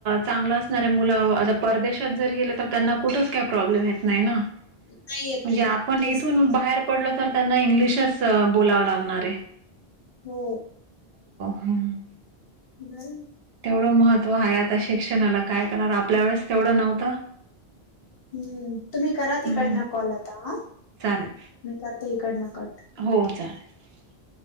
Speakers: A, on the right; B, on the left.
A: चांगलं असणारे मुलं आता परदेशात जर गेले तर त्यांना कुठेच काही प्रॉब्लेम येत नाही ना.
B: नाही येत
A: म्हणजे
B: ना
A: आपण
B: तेच
A: इथून
B: तर.
A: बाहेर पडलो. तर त्यांना इंग्लिशच बोलाव लागणार आहे.
B: हो.
A: हम.
B: <unintelligible>
A: तेवढं महत्त्व आहे आता शिक्षणाला काय करणार आपल्या वेळेस तेवढं नव्हतं.
B: हम्म तुम्ही करा तिकडनं
A: हम्म
B: कॉल आता हा.
A: चालेल
B: मी करते इकडन कट.
A: हो <unintelligible>